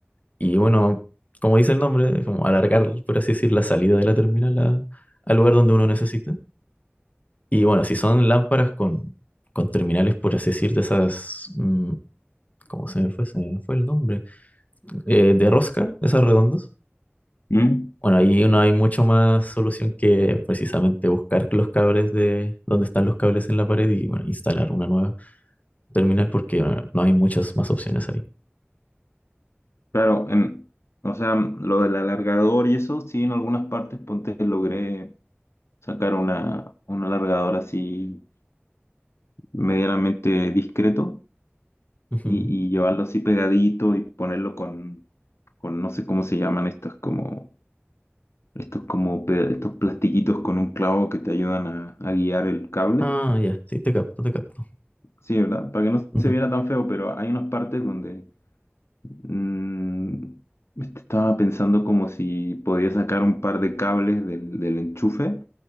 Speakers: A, on the left; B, on the left.
A: Y bueno, como dice el nombre, como alargar, por así decir, la salida de la terminal a- al lugar donde uno necesita. Y bueno, si son lámparas con, con terminales, por así decir, de esas, mm, ¿cómo se me fue? Se me fue el nombre. Eh, de rosca, esas redondas.
B: mm.
A: Bueno, ahí no hay mucho más solución que precisamente buscar los cables de donde están los cables en la pared y bueno, instalar una nueva terminal porque bueno, no hay muchas más opciones ahí.
B: Claro, en, o sea, lo del alargador y eso, sí, en algunas partes ponte logré sacar una, un alargador así medianamente discreto
A: Ujú.
B: y, y llevarlo así pegadito y ponerlo con, con no sé cómo se llaman estas como estos como pe- estos plastiquitos con un clavo que te ayudan a, a guiar el cable.
A: Ah, ya, sí, te capto, te capto.
B: Sí, ¿verdad? Para que no
A: Ujú,
B: se viera tan feo, pero hay unas partes donde mm, este, estaba pensando como si podía sacar un par de cables del, del enchufe